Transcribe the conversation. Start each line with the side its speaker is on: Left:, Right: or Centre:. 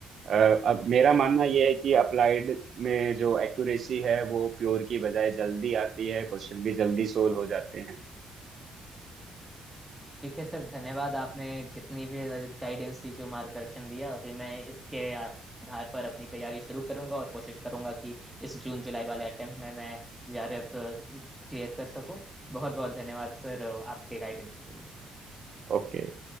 Right: अ, अब मेरा मानना यह है कि अप्लाइड में जो एक्यूरेसी है वो प्योर की बजाय जल्दी आती है क्वेश्चन भी जल्दी सोल्व हो जाते हैं
Centre: ठीक है सर धन्यवाद आपने जितनी भी गाइडेंस दी जो मार्गदर्शन दिया अभी मैं इसके आधार पर अपनी तैयारी शुरू करूंगा और कोशिश करूंगा कि इस जून जुलाई वाले अटेम्प्ट में मैं जीआरएफ क्लियर कर सकूं बहुत बहुत धन्यवाद सर आपके गाइडेंस के लिए
Right: ओके